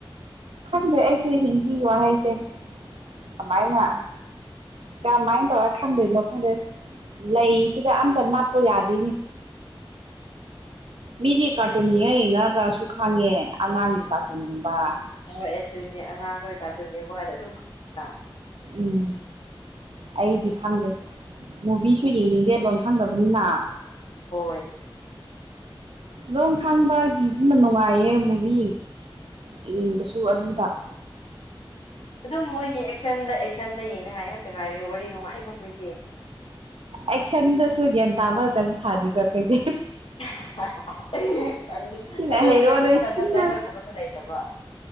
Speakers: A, on the right; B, on the left.
A: ꯈꯪꯗꯦ ꯑꯩꯁꯨ ꯍꯤꯟꯗꯤ ꯋꯥꯍꯩꯁꯦ ꯀꯃꯥꯏꯅ ꯀꯃꯥꯏ ꯇꯧꯔ ꯈꯪꯗꯣꯏꯅꯣ ꯈꯟꯗ꯭ꯔꯦ ꯂꯩꯁꯤꯗ ꯑꯝꯇ ꯅꯞꯄꯨ ꯌꯥꯗꯦꯅꯦ ꯃꯤꯗꯤ ꯀꯥꯔꯇꯨꯟ
B: ꯃꯣꯏꯗꯤ
A: ꯌꯦꯡꯉ ꯌꯦꯡꯉꯒꯁꯨ ꯈꯪꯉꯦ ꯑꯉꯥꯡꯒꯤ ꯀꯥꯔꯇꯨꯟꯒꯨꯝꯕ
B: ꯍꯣꯏ ꯑꯗꯨꯅꯦ ꯑꯉꯥꯡꯈꯣꯏ ꯀꯥꯔꯇꯨꯟ ꯌꯦꯡꯕ ꯀꯥꯟꯗ ꯑꯗꯨꯝ ꯈꯪꯗ꯭ꯔꯥ
A: ꯎꯝ ꯑꯩꯗꯤ ꯈꯪꯗꯦ ꯃꯨꯚꯤꯁꯨ ꯌꯦꯡꯅꯤꯡꯗꯦ ꯂꯣꯟ ꯈꯪꯗꯕꯅꯤꯅ
B: ꯍꯣꯏ
A: ꯂꯣꯟ ꯈꯪꯕꯒꯤꯗꯨꯅ ꯅꯨꯡꯉꯥꯏꯌꯦ ꯃꯨꯚꯤ ꯌꯦꯡꯕꯁꯨ ꯑꯗꯨꯝ ꯗꯥꯛ
B: ꯑꯗꯨꯝ ꯃꯣꯏꯒꯤ ꯑꯦꯛꯁꯟꯗ ꯑꯦꯛꯁꯟꯗ ꯌꯦꯡꯅꯉꯥꯏ ꯉꯥꯛꯇ ꯉꯥꯏꯔꯦ ꯋꯥꯔꯤ ꯅꯨꯡꯉꯥꯏꯕ ꯑꯩꯈꯣꯏꯗꯤ
A: ꯑꯦꯛꯁꯟꯗꯁꯨ ꯒ꯭ꯌꯥꯟ ꯇꯥꯕ ꯀꯁꯨ ꯁꯥꯔꯤꯕ ꯑꯩꯈꯣꯏꯗꯤ
B: ꯍꯥꯍꯥꯍꯥ ꯈꯪꯅꯤ
A: ꯁꯤꯅ
B: ꯑꯗꯣ
A: ꯍꯩꯔꯣꯅꯦ
B: ꯃꯣꯏ ꯂꯒ
A: ꯁꯤꯅ
B: ꯁꯞ ꯇꯥꯏꯇꯜꯒꯨꯝꯕꯁꯨ ꯂꯩꯇꯕ